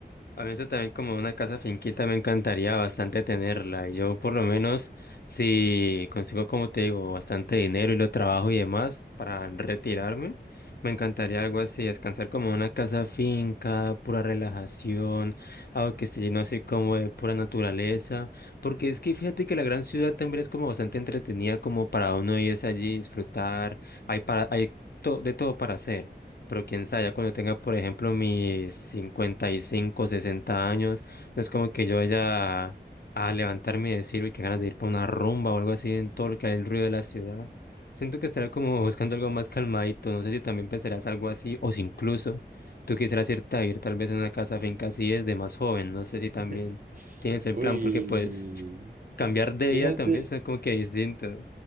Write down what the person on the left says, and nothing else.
A mí eso también como una casa finquita me encantaría bastante tenerla. Y yo por lo menos si consigo, como te digo, bastante dinero y lo trabajo y demás para retirarme, me encantaría algo así, descansar como en una casa finca, pura relajación, algo que esté lleno así como de pura naturaleza. Porque es que fíjate que la gran ciudad también es como bastante entretenida como para uno irse allí, disfrutar, hay para, hay to- de todo para hacer. Pero quién sabe, ya cuando tenga, por ejemplo, mis 55, 60 años, no es como que yo vaya a levantarme y decir, uy, qué ganas de ir para una rumba o algo así en todo lo que hay el ruido de la ciudad. Siento que estaré como <laughs> buscando algo más calmadito. No sé si también pensarás algo así o si incluso tú quisieras irte a ir tal vez en una casa finca así desde más joven. No sé si
también tienes el
plan porque pues cambiar de
vida también es como que distinto.